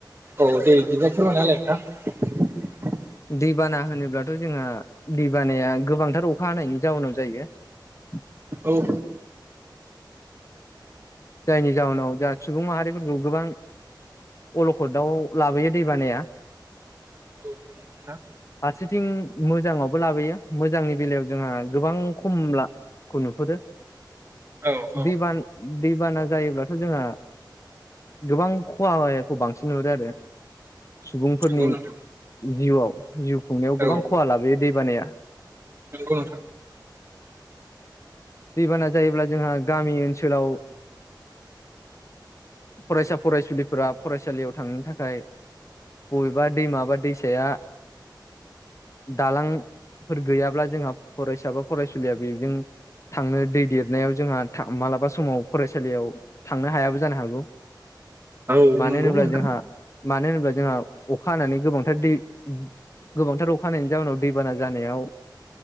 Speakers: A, on the right; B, on the left.
A: औ दे दिबा फोरमायना होलाय नोंथां।
B: दैबाना होनोब्लाथ' जोंहा दैबानाया गोबांथार अखा हानायनि जाउनाव जायो । <unintelligible>
A: औ
B: जायनि जाहोनाव दा सुबुं माहारिफोरखौ गोबां अलखदआव लाबोयो दै बानाया
A: औ नंगौ नोथां।
B: फारसेथिं मोजाङावबो लाबोयो मोजांनि बेलायाव जोंहा गोबां खमलाखौ नुहुरो
A: औ औ
B: बिबान दैबाना जायोब्लाथ' जोंहा गोबां खहाखौ बांसिन नहुरो आरो सुबुंफोरनि
A: नंगौ नोंथां
B: जिउआव जिउ खुंनायाव
A: औ
B: गोबां
A: उम
B: खहा लाबोयो दै बानाया
A: नंगौ नोंथां।
B: दैबाना जायोब्ला जोंहा गामि ओनसोलाव फरायसा फरायसुलिफोरा फरायसालियाव थांनो थाखाय बबेबा दैमा बा दैसाया दालांफोर गैयाब्ला जोंहा फरायसा बा फरायसुलिया बेजों थांनो दै देरनायाव जोंहा मालाबा समाव फरायसालियाव थांनो हायाबो जानो हागौ।
A: औ
B: मानो
A: नंगौ
B: होनोब्ला
A: नोंथां।
B: जोंहा मानो होनोब्ला जोंहा अखा हानानै गोबांथार दै गोबांथार अखानायनि जाउनाव दैबाना जानायाव